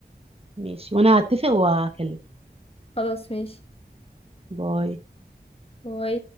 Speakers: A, on the right (about 35°); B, on the left (about 35°).
A: ماشي وانا هتفق واكلمك
B: خلاص ماشي
A: باي
B: باي